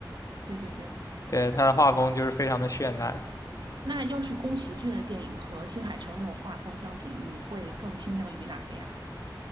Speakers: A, on the right; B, on the left.
A: 对对对。
B: 对，他的画风就是非常的绚烂。
A: 那要是宫崎骏的电影和新海诚那种画风相比，你会更倾向于哪个呀？